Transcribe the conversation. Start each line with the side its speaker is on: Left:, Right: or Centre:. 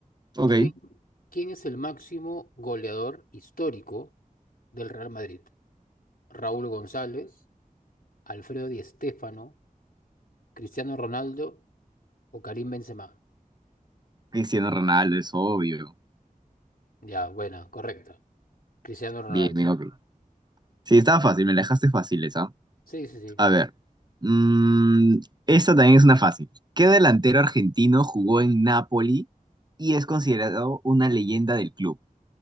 Right: Ok,
Left: ¿Quién, quién es el máximo goleador histórico del Real Madrid? ¿Raúl González, Alfredo Di Stéfano, Cristiano Ronaldo o Karim Benzema?
Right: Cristiano Ronaldo es obvio.
Left: Ya, buena, correcta. Cristiano Ronaldo.
Right: Bien, bien, ok. Sí, estaba fácil, me la dejaste fácil esa.
Left: Sí, sí, sí.
Right: A ver, mm, esta también es una fácil. ¿Qué delantero argentino jugó en Napoli y es considerado una leyenda del club?